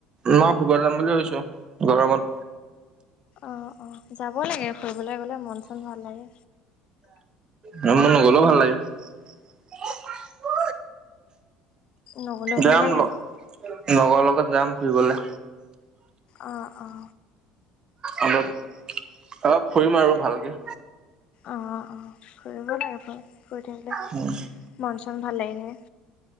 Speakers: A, on the right (about 40°); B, on the left (about 55°).
A: ন শুব যাম বুলি ভাবিছো গৰমত
B: অ', অ', যাব লাগে ফুৰিবলে গলে মন চন ভাল লাগে
A: ন ম নক <unintelligible> <unintelligible>
B: নগ'লেও ভাল
A: যাম
B: লাগে
A: লগ লগৰ লগত যাম ফুৰিবলে
B: আহ, অ',
A: অ', অলপ ফুৰিম আৰু ভালকে
B: অ', অ', ফুৰিব লাৰ ফু থাকিলে
A: কিবা
B: ম ভাল লাগিলে